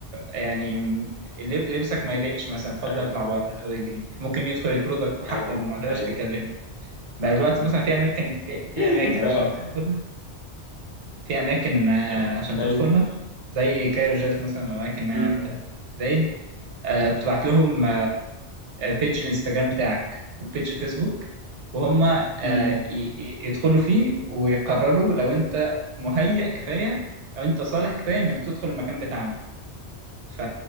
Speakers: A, on the right (about 80°); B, on the left (about 70°).
A: يعني لب- لبسك ما يليقش مثلا اتفضل
B: ايوه
A: اطلع بره او اجري ممكن يدخل يطردك وحقه
B: ايوه
A: وما تقدرش
B: ايوه
A: تتكلم بقى دلوقتي مثلا في اماكن في, في
B: <laughs>
A: اماكن
B: تمام
A: عشان تدخلها في أماكن آه،
B: <laughs>
A: عشان تدخلها
B: ايوه
A: زي كايرو جاز مثلا أو أماكن آه،
B: امم
A: في زايد آه، بتبعت لهم بيج الانستجرام بتاعك وبيج الفيسبوك وهم آه،
B: امم
A: ي- ي- يدخلوا فيه ويقرروا لو أنت مهيأ كفاية أو أنت صالح كفاية إنك تدخل المكان بتاعنا ف...